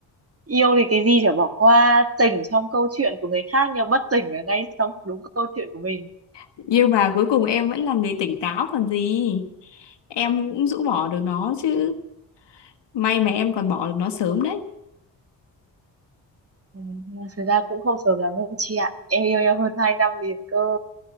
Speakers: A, on the right; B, on the left.
A: yêu thì cái gì chả bỏ qua tỉnh trong câu chuyện của người khác nhưng bất tỉnh ở ngay trong đúng câu chuyện của mình
B: Nhưng mà cuối cùng em vẫn là người tỉnh táo còn gì. Em cũng rũ bỏ được nó chứ. May mà em
A: Ừ,
B: còn bỏ được nó sớm đấy.
A: ừ, thực ra cũng không sớm lắm đâu chị ạ em yêu nhau hơn 2 năm liền cơ